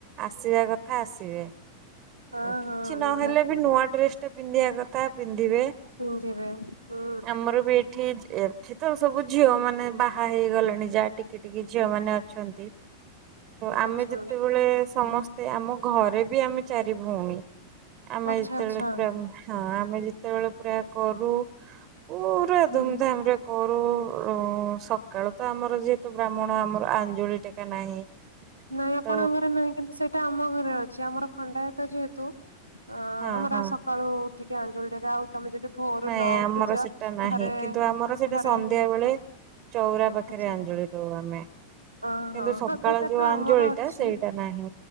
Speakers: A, on the right (about 40°); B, on the right (about 90°).
A: ଆସିବା କଥା ଆସିବେଁ
B: ହଁ
A: କିଛି
B: ହଁ
A: ନହେଲେ
B: ନିହାତି।
A: ବି ନୂଆ ଡ୍ରେସ ପିନ୍ଧିବା କଥା ପିନ୍ଧିବେ।
B: ପିନ୍ଧିବେ ହୁଁ
A: ଆମର ବି ଏଠି ଏଇଠି ଏଠି ତ ସବୁ ଝିଅ ମାନେ ବାହା ହେଇଗଲେଣି, ଯାହା ଟିକି ଟିକି ଝିଅ ମାନେ ଅଛନ୍ତି। ଆମେ
B: ଆଚ୍ଛା।
A: ଯେତେବେଳେ ସମସ୍ତେ ଆମ ଘରେ ବି ଆମେ ଚାରି ଭଉଣୀ। ଆମେ
B: ଆଚ୍ଛା
A: ଯେତେବେଳେ
B: ଆଚ୍ଛା
A: ପୁରା ହଁ ଆମେ ଯେତେ ଯେତେବେଳେ ପୁରା କରୁ ପୁରା
B: ହୁଁ
A: ଧୁମଧାମରେ। କରୁ ସକାଳୁ ତ ଆମର ଯେହେତୁ ବ୍ରାହ୍ମଣ ଆମର ଆଞ୍ଜୁଳି ଟେକା ନାହିଁ।
B: ନାଇଁ ଆପଣଙ୍କ
A: ତ
B: ଘରେ ନାହିଁ। କିନ୍ତୁ ସେଇଟା ଆମ ଘରେ ଅଛି ଆମର ଖଣ୍ଡାୟତ ଯେହେତୁ ଅଂ
A: ହଁ
B: ଆମର
A: ହଁ
B: ସକାଳୁ ଉଠିକି ଆଞ୍ଜୁଳି ଟେକା ଆଉ ତମେ ଯଦି ଭୋରୁ
A: ନାଇଁ
B: ନ ଉଠୁଛ
A: ଆମର ସେଟା ନାହିଁ
B: ଘରେ
A: କିନ୍ତୁ ଆମର ସେଇଟା
B: ଘରେ
A: ସନ୍ଧ୍ୟା ବେଳେ ଚଉରା ପାଖରେ
B: ଆଚ୍ଛା
A: ଆଞ୍ଜୁଳି ଦଉ ଆମେ।
B: ହଁ
A: କିନ୍ତୁ
B: ହୋ
A: ସକାଳ
B: ହଁ ସେଇଟା
A: ଯୋଉ
B: ତ
A: ଆଞ୍ଜୁଳି
B: ଆମର ଅଛି।
A: ଟା ସେଇଟା ନାହିଁ।